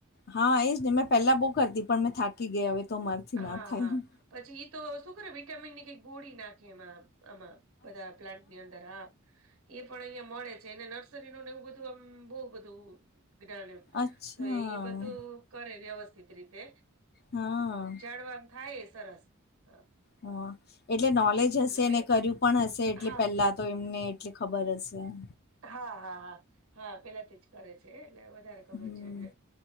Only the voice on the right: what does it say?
હા
હા
પછી એ તો શું કરે વિટામિન ની કઈ ગોળી નાખે એમાં, આમાં. બધા પ્લાન્ટ ની અંદર હા. એ પણ અહિયાં મળે છે અને નર્સરીનું ને એવું બધું આમ બહુ બધું જ્ઞાન એમ
તો એ બધું કરે વ્યવસ્થિત રીતે
પણ આમ થાય એ સરસ હા.
મેં
હા
હા, હા, હા, હા પેલાથી જ. કરે છે એ ને વધારે ખબર
છે એને